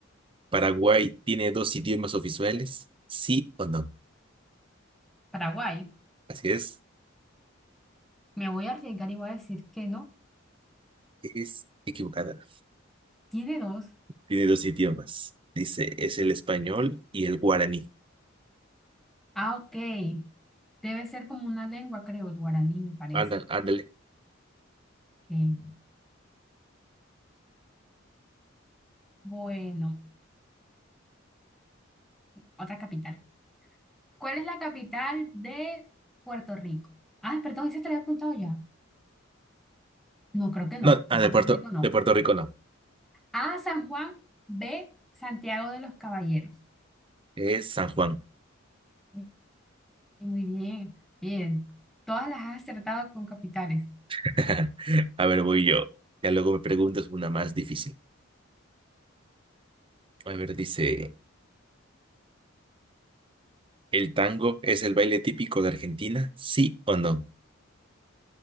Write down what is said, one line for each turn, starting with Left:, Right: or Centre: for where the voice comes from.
Right: ¿Paraguay tiene dos idiomas oficiales? ¿Sí o no?
Centre: Paraguay.
Right: Así es,
Centre: Me voy a arriesgar y voy a decir que no.
Right: es equivocada.
Centre: Tiene dos.
Right: Tiene dos idiomas. Dice, es el español y el guaraní.
Centre: Ah, ok. Debe ser como una lengua, creo, el guaraní, me parece.
Right: Ándale, ándale.
Centre: Ok. Bueno, otra capital. ¿Cuál es la capital de Puerto Rico? Ah, perdón, ese te lo había apuntado ya. No, creo que no.
Right: No, ah,
Centre: De Puerto
Right: de Puerto,
Centre: Rico no.
Right: de Puerto Rico no.
Centre: A, San Juan. B, Santiago de los Caballeros.
Right: Es San Juan.
Centre: Eh, Muy bien, bien. Todas las has acertado con capitales.
Right: <laughs> A ver, voy yo. Ya luego me preguntas una más difícil. A ver, dice, ¿el tango es el baile típico de Argentina? ¿Sí o no?